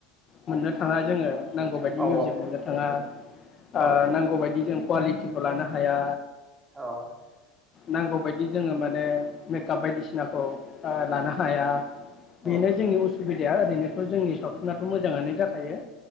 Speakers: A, on the left; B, on the right.
A: मोननो थाङा जोङो नांगौ बायदि
B: औ
A: मिउजिक मोननो थाङा आ
B: औ
A: नांगौ बायदि जों कुवालिटिखौ लानो हाया
B: औ
A: नांगौ बायदि जोङो माने मेकआप बायदिसिनाखौ लानो हाया
B: औ
A: बेनो जोंनि उसुबिद या ओरैनोथ' जोंनि सावथुनाथ' मोजाङानो जाखायो।